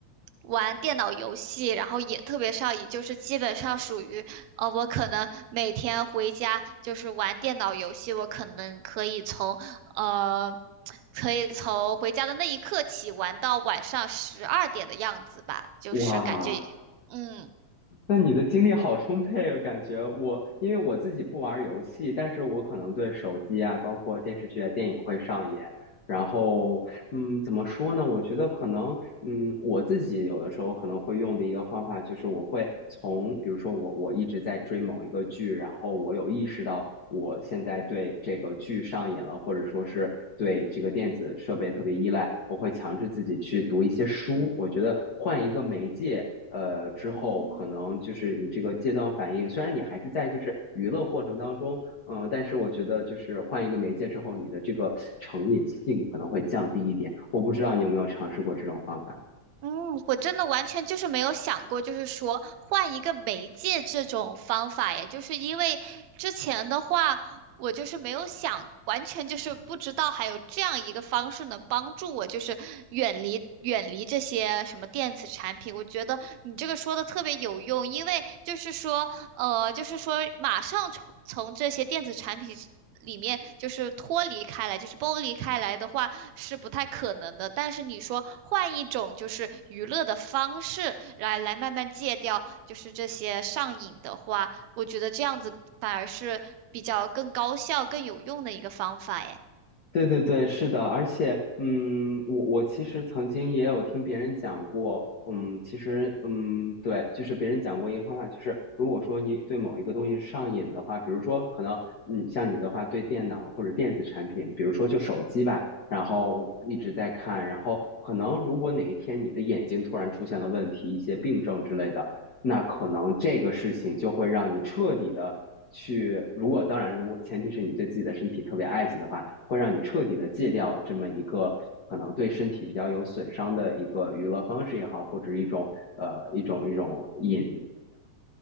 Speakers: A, on the right; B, on the left.
A: 玩电脑游戏，然后也特别上瘾，就是基本上属于呃我可能每天回家就是玩电脑游戏，我可能可以从呃可以从回家的那一刻起玩到晚上十二点的样子吧，就是感觉
B: 哇，
A: 嗯。
B: 那你的精力好充沛哦，我感觉我因为我自己不玩游戏，但是我可能对手机啊，包括电视剧啊、电影会上瘾，然后嗯，怎么说呢？我觉得可能，嗯，我自己有的时候可能会用的一个方法就是，我会从，比如说我我一直在追某一个剧，然后我有意识到我现在对这个剧上瘾了，或者说是对这个电子设备特别依赖，我会强制自己去读一些书。我觉得换一个媒介，呃，之后可能就是你这个戒断反应，
A: 嗯，
B: 虽然你还是在就是娱乐过程当中。嗯，但是我觉得就是换一个媒介之后，你的这个成瘾性可能会降低一点。我不知道你有没有尝试过这种方法。
A: 嗯，我真的完全就是没有想过，就是说换一个媒介这种方法耶，就是因为之前的话，我就是没有想，完全就是不知道还有这样一个方式能帮助我，就是远离远离这些什么电子产品。我觉得你这个说的特别有用，因为就是说呃，就是说马上从从这些电子产品里面就是脱离开来，就是剥离开来的话是不太可能的。但是你说换一种就是娱乐的方式来来慢慢戒掉，就是这些上瘾的话，我觉得这样子反而是比较更高效、更有用的一个方法耶。
B: 对对对，是的，而且，嗯，我我其实曾经也有听别人讲过，嗯，其实，嗯，对，就是别人讲过一个方法，就是如果说你对某一个东西上瘾的话，比如说可能，嗯，像你的话，对电脑或者电子产品，比如说就手机吧，然后一直在看，然后可能如果哪一天你的眼睛突然出现了问题，一些病症之类的，那可能这个事情就会让你彻底的去，如果当然，如果前提是你对自己的身体特别爱惜的话，会让你彻底的戒掉这么一个可能对身体比较有损伤的一个娱乐方式也好，或者一种呃一种一种瘾。